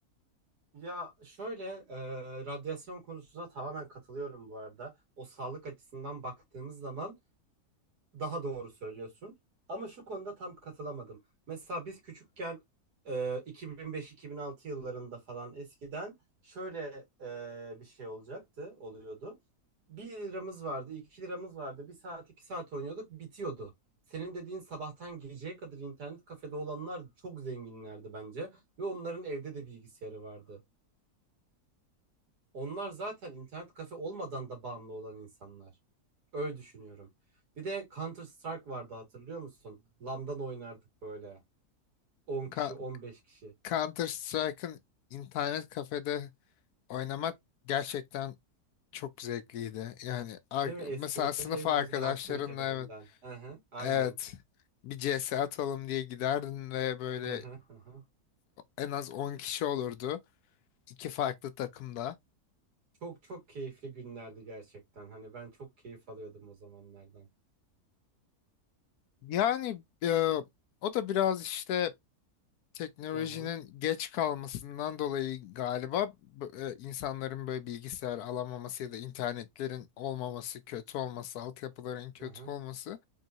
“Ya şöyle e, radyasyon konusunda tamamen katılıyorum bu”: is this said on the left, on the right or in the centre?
Right